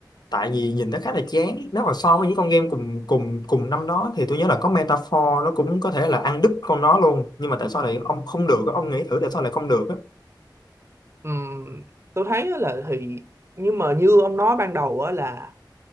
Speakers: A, on the left; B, on the right.
A: tại vì nhìn nó khá là chán nếu mà so với những con game cùng cùng cùng năm đó thì tôi nhớ là có Metaphor nó cũng có thể là ăn đứt con nó luôn nhưng mà tại sao lại ông không được á? ông nghĩ thử tại sao lại không được á?
B: Ừm, tôi thấy á là thì nhưng mà như ông nói ban đầu á là